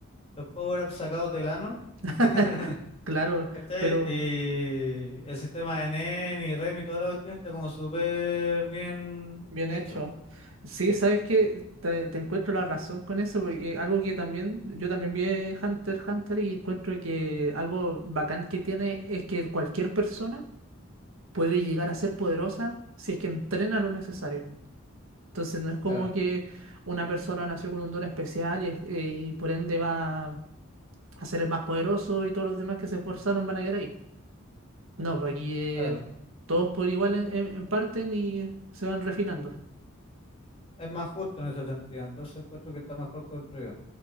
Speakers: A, on the left; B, on the right.
A: los power-ups sacados del ano.
B: <laughs>
A: <laughs>
B: claro,
A: ¿Cachai?
B: pero
A: Y el sistema de NEN y REM y toda la cuestión está como súper bien
B: bien
A: hecho.
B: hecho. Sí,
A: Sí,
B: sabes que te, te encuentro la razón con eso, porque algo que también, yo también vi Hunter x Hunter y encuentro que algo bacán que tiene es que cualquier persona puede llegar a ser poderosa si es que entrena lo necesario. Entonces no es como
A: claro,
B: que una persona nació con un don especial y, es- eh, y por ende va a ser el más poderoso y todos los demás que se esforzaron van a quedar ahí. No, pues aquí es
A: claro.
B: todos por igual en, en- en parten y se van refinando.
A: Es más justo en ese sentido. Entonces encuentro que está mejor construido.